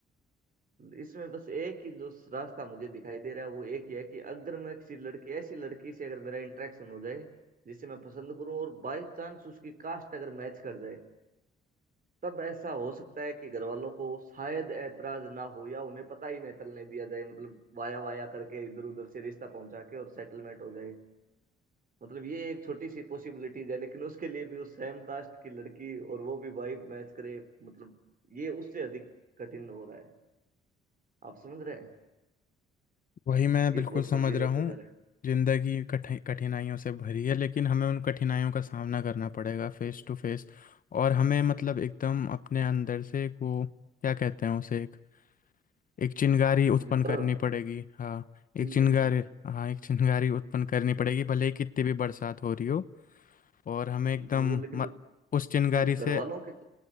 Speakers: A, on the right (about 45°); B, on the left (about 45°).
A: इसमें बस एक ही जो रास्ता मुझे दिखाई दे रहा है वो एक ही है कि अगर मैं किसी लड़की ऐसी लड़की से अगर मेरा इंटरेक्शन हो जाए जिसे मैं पसंद करूं और बाय चांस उसकी कास्ट अगर मैच कर जाए तब ऐसा हो सकता है कि घर वालों को शायद ऐतराज ना हो या उन्हें पता ही नहीं चलने दिया जाए मतलब वाया वाया करके इधर उधर से रिश्ता पहुंचा के और सेटलमेंट हो जाए मतलब ये एक छोटी सी पॉसिबिलिटीज है लेकिन उसके लिए भी उस सेम कास्ट की लड़की और वो भी वाइब मैच करे मतलब ये उससे अधिक कठिन हो रहा है आप समझ रहे हैं
B: वही मैं
A: ये
B: बिल्कुल
A: बहुत
B: समझ
A: गंभीर
B: रहा
A: होता
B: हूँ
A: जा रहा
B: जिंदगी कठि कठिनाइयों से भरी है लेकिन हमें उन कठिनाइयों का सामना करना पड़ेगा फेस टू फेस और हमें मतलब एकदम अपने अंदर से एक वो क्या कहते हैं उसे एक एक चिंगारी उत्पन्न
A: है जरा,
B: करनी
A: डर
B: पड़ेगी हाँ
A: चिंगारी
B: एक चिंगारी हाँ एक चिंगारी उत्पन्न करनी पड़ेगी भले ही कितनी भी बरसात हो रही हो और हमें एकदम
A: बिल्कुल वो लेकिन
B: म, उस चिंगारी
A: मैं घर
B: से
A: वालों के